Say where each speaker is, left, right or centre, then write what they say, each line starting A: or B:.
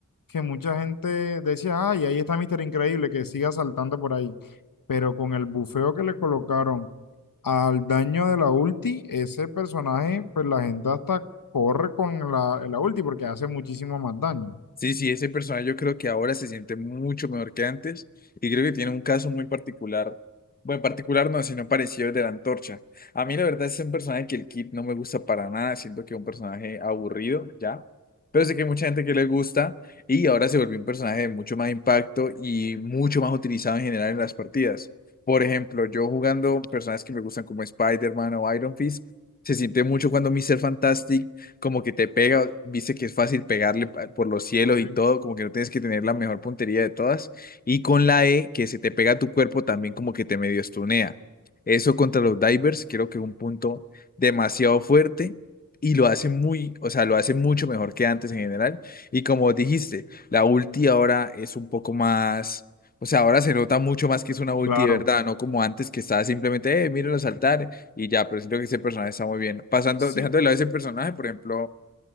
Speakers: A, on the left; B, on the left.
A: que mucha gente decía, ay, ahí está Mister Increíble, que siga saltando por ahí. Pero con el bufeo que le colocaron al daño de la ulti, ese personaje, pues la gente hasta corre con la, la ulti porque hace muchísimo más daño.
B: Sí, sí, ese personaje yo creo que ahora se siente mucho mejor que antes y creo que tiene un caso muy particular. Bueno, particular no, sino parecido al de la antorcha. A mí la verdad es un personaje que el Kid no me gusta para nada, siento que es un personaje aburrido, ya. Pero sé que hay mucha gente que le gusta y ahora se volvió un personaje de mucho más impacto y mucho más utilizado en general en las partidas. Por ejemplo, yo jugando personajes que me gustan como Spider-Man o Iron Fist, se siente mucho cuando Mr. Fantastic como que te pega, viste que es fácil pegarle pa- por los cielos
A: Ok.
B: y todo, como que no tienes que tener la mejor puntería de todas. Y con la E, que se te pega a tu cuerpo también como que te medio estunea. Eso contra los divers creo que es un punto demasiado fuerte y lo hace muy, o sea, lo hace mucho mejor que antes en general. Y como dijiste, la ulti ahora es un poco más... O sea, ahora se nota mucho más que es una ulti
A: Claro.
B: de verdad, no como antes que estaba simplemente, eh, mírenlo saltar, y ya, pero siento que ese personaje está muy bien. Pasando,
A: Sí,
B: dejando de lado ese personaje, por ejemplo,